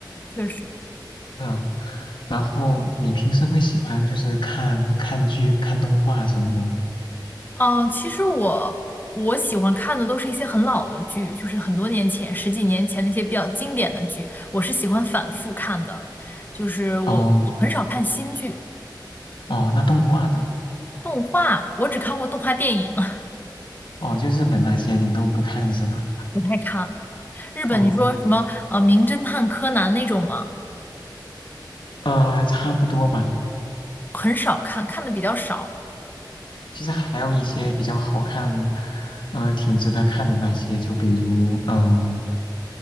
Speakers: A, on the left; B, on the left.
A: 确实。
B: 嗯，然后你平时会喜欢就是看看剧、看动画什么的吗？
A: 嗯，其实我我喜欢看的都是一些很老的剧，就是很多年前、十几年前那些比较经典的剧，我是喜欢反复看的，就是我我很少看新剧。
B: 哦哦，那动画呢？
A: 动画我只看过动画电影，<laughs>
B: 哦，就日本那些您都不看是吧？
A: 不太看。日本你说什么呃《名侦探柯南》那种吗？
B: 哦，那呃，差不多吧。
A: 很少看，看的比较少，
B: 其实还有一些比较好看，呃，挺值得看的那些，就比如，嗯、